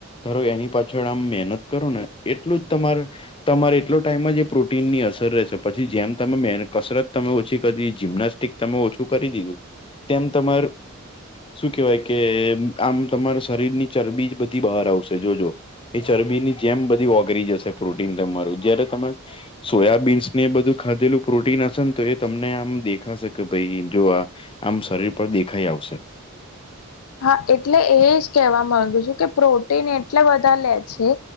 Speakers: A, on the left; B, on the left.
A: ધ એની પાછળ આમ મહેનત કરો ને એટલું જ તમાર તમારે એટલો ટાઈમ જે પ્રોટીનની અસર રહેશે પછી જેમ તમે કસરત તમે ઓછી કરી જિમ્નાસ્ટ એકદમ ઓછું કરી દીધું તેમ તમાર શું કેવાય કે આમ તમારા શરીરની ચરબી જ બધી બહાર આવશે જોજો એ ચરબીની જેમ બધી ઓગરી જશે પ્રોટીન તમારું જયારે તમે સોયાબીન્સ ને એ બધું ખાધેલું પ્રોટીન હશે ને તો એ તમને આમ દેખાશે કે ભાઈ જો આ આમ શરીર પર દેખાઈ આવશે.
B: હા એટલે એ જ કેહવા માંગુ છું કે પ્રોટીન એટલા બધા લે છે